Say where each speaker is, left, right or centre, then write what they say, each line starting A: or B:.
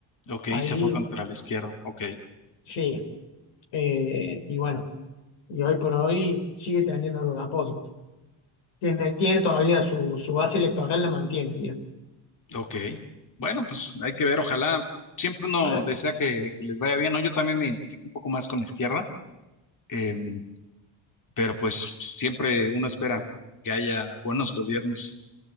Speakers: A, on the left (about 40°); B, on the left (about 75°).
A: Ok.
B: Ahí
A: Se fue contra la izquierda. Ok.
B: sí. eh, y bueno, y hoy por hoy sigue teniendo algo de apoyo. Tiene, tiene todavía su, su base electoral, la mantiene, digamos.
A: Ok. Bueno, pues hay que ver. Ojalá siempre uno
B: Ah,
A: desea que, que les vaya bien, ¿no? Yo también me identifico un poco más con la izquierda, em, pero pues siempre uno espera que haya buenos gobiernos,